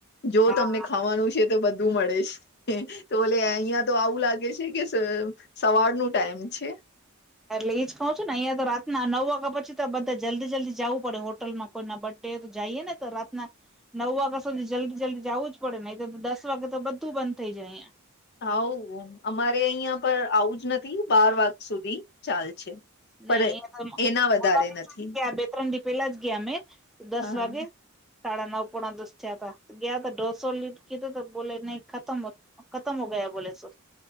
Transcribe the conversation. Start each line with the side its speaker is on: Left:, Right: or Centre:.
Left: જો
Centre: હા.
Left: તમને ખાવાનું છે તો બધું મળે છે હેં તો બોલે અઈયાં તો આવું લાગે છે કે સ સવારનું ટાઈમ છે.
Centre: એટલે એઈ જ કહઉ છું ને અઈયા તો રાતના નવ વાગ્યા પછી તો બધા જલ્દી જલ્દી જાવું પડે હોટલમાં કોઈ ના બટ ડે તો જાઈએ ને તો રાતના નવ વાગા સુધી જલ્દી જલ્દી જાવું જ પડે નઈ તો તો દસ વાગે તો બધું બંધ થઇ જાય અઈયા.
Left: હાઉ અમારે અહિયાં પર આવું જ નથી બાર વાગ સુધી ચાલ છે.
Centre: નહી
Left: પણ
Centre: અહીંયા
Left: એના વધારે
Centre: ઓલા દિવસે
Left: નથી
Centre: જ ગ્યા બે ત્રણ દિ પેલા જ ગ્યા ને દસ
Left: હા
Centre: વાગે. સાડા નવ પોણા દસ થ્યાતા ગ્યાતો ઢોસો લીધ કીધું તો બોલે નહી ખતમ હોત ખતમ હો ગયા બોલે સો